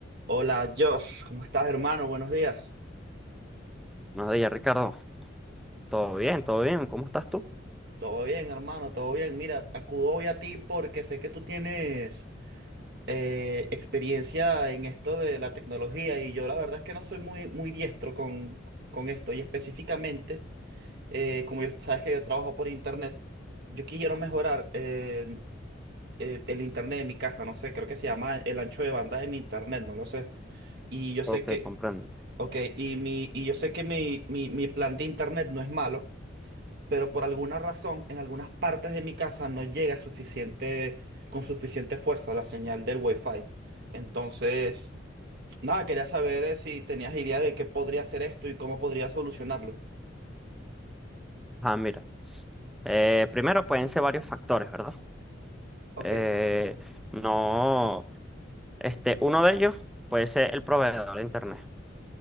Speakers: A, on the right; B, in the centre.
A: Hola Josh, ¿cómo estás hermano? Buenos días.
B: Buenos días, Ricardo. ¿Todo bien? ¿Todo bien? ¿Cómo estás tú?
A: Todo bien hermano, todo bien. Mira, acudo hoy a ti porque sé que tú tienes eh, experiencia en esto de la tecnología y yo la verdad es que no soy muy, muy diestro con, con esto y específicamente, eh, como yo, sabes que yo trabajo por internet, yo quiero mejorar eh, eh, el internet de mi casa, no sé, creo que se llama el ancho de banda de mi internet, no lo sé. Y yo
B: Ok,
A: sé que,
B: comprendo.
A: ok, y, mi, y yo sé que mi, mi mi plan de internet no es malo. pero por alguna razón en algunas partes de mi casa no llega suficiente, con suficiente fuerza la señal del Wi-Fi. Entonces, nada, quería saber eh, si tenías idea de qué podría hacer esto y cómo podría solucionarlo.
B: Ah, mira. eh, primero pueden ser varios factores, ¿verdad?
A: Ok,
B: Eh, no, este, uno de ellos puede ser el proveedor de internet,